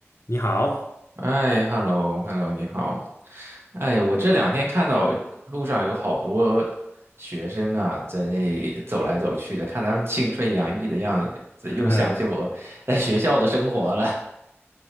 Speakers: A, on the left (about 70°); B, on the right (about 55°).
A: 你好，
B: 哎，hello，hello，你好。哎，我这两天看到路上有好多学生啊，在那走来走去的，看他们青春洋溢的样子，又想起我在学校的生活了。
A: <laughs>